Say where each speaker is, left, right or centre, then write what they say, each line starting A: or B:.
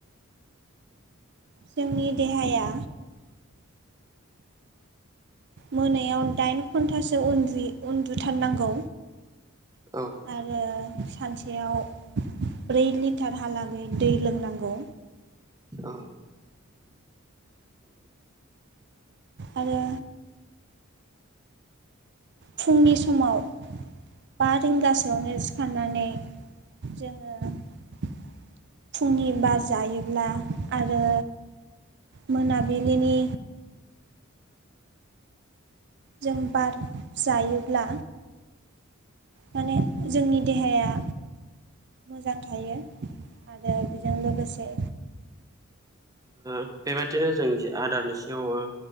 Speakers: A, on the right (about 55°); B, on the right (about 15°).
A: जोंनि देहाया मोनायाव दाइन घन्टासो उन्दुयो उन्दुथारनांगौ
B: औ
A: आरो सानसेयाव ब्रै लिटारहालागै दै लोंनांगौ
B: औ
A: आरो फुंनि समाव बा रिंगासोआवनो सिखारनानै जोङो फुंनि बार जायोब्ला आरो मोनाबिलिनि जों बार जायोब्ला माने जोंनि देहाया मोजां थायो आरो बेजों लोगोसे
B: ओ बेबायदिनो जों आदारनि सायाव ओ